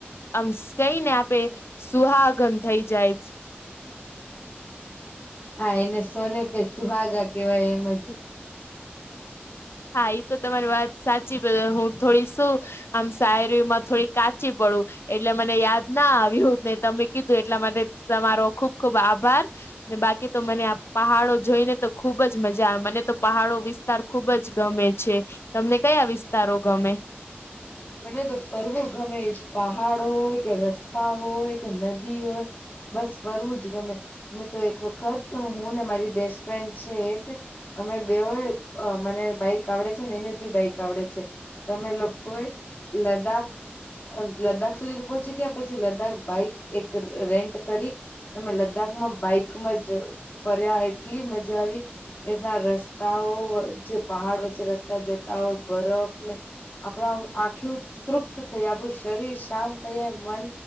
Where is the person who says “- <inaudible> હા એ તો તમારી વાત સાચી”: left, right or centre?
Left